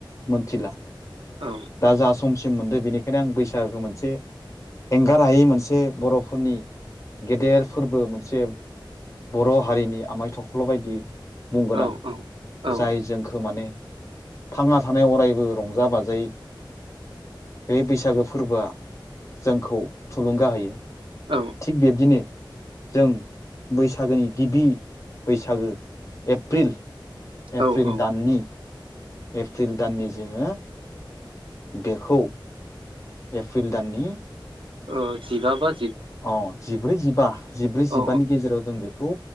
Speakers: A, on the left; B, on the right.
A: मोनथिला।
B: औ।
A: दा जा समसिम मोनदों बेनिखायनो आं बैसागोखौ मोनसे एंगार हायै मोनसे बर'फोरनि गेदेर फोरबो मोनसे बर' हारिनि आमाय थख्ल' बायदि बुंगोनां
B: औ औ
A: जाय जोंखौ खौ माने थांना थानाय अरायबो रंजा बाजायै बे बैसागो फोरबोआ जोंखौ थुलुंगा होयो
B: औ
A: थिग बिब्दिनो जों बैसागोनि गिबि बैसागो एप्रिल
B: औ
A: एप्रिल
B: औ
A: दाननि एप्रिल दाननि जोङो देखौ एप्रिल दाननि
B: अ जिगाबा
A: औ जिब्रै जिबा जिब्रै जिबानि
B: औ
A: गेजेराव जों बेखौ